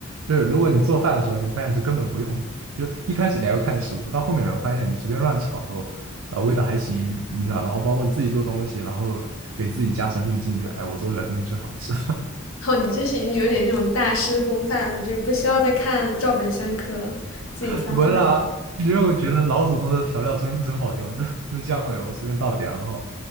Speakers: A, on the right; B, on the left.
A: 就是如果你做饭的时候，你会发现这根本不用，就是一开始你还要看食物，到后面我发现你随便乱炒都，呃，味道还行，你知道，然后包括你自己做东西，然后给自己加成滤镜，就哎，我做出来的东西就是好吃，
B: 哦，你这是已经有点那种大师风范了，就是不需要再看照本宣科，自己发挥。
A: <laughs> 不是啊，因为我觉得老祖宗的调料真真好用，就是那酱油随便倒一点，然后。